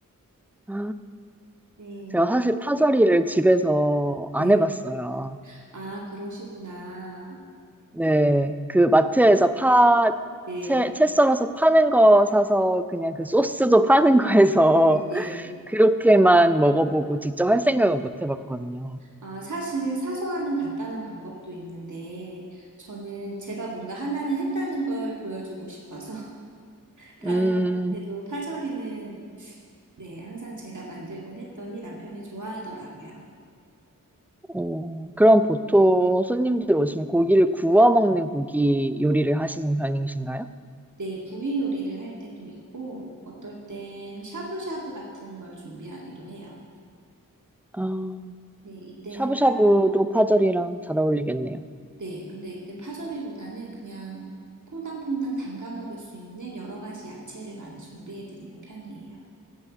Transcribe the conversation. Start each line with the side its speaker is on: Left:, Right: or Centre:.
Centre: 아.
Right: 네,
Centre: 제가 사실 파절이를 집에서 안
Right: 네.
Centre: 해봤어요.
Right: 아, 그러시구나.
Centre: 네, 그 마트에서 파,
Right: 네,
Centre: 채, 채 썰어서 파는 거 사서 그냥 그 소스도 파는 거 해서
Right: 네, 네.
Centre: <laughs> 그렇게만 먹어보고 직접 할 생각은 못 해봤거든요.
Right: 아, 사실 사소하는 간단한 방법도 있는데, 저는 제가 뭔가 하나는 했다는 걸 보여주고 싶어서, <laughs> 다른
Centre: 음,
Right: 것에도 파절이는, 네, 항상 제가 만들곤 했더니 남편이 좋아하더라고요.
Centre: 어, 그럼 보통 손님들 오시면 고기를 구워 먹는 고기 요리를 하시는 편이신가요?
Right: 네, 구이 요리를 할 때도 있고, 어떨 땐 샤브샤브 같은 걸 준비하기도 해요.
Centre: 아,
Right: 네, 이때는
Centre: 샤브샤브도
Right: 파,
Centre: 파절이랑
Right: 네,
Centre: 잘 어울리겠네요.
Right: 네, 근데 이땐 파절이보다는 그냥 퐁당퐁당 담가 먹을 수 있는 여러 가지 야채를 많이 준비해 드리는 편이에요.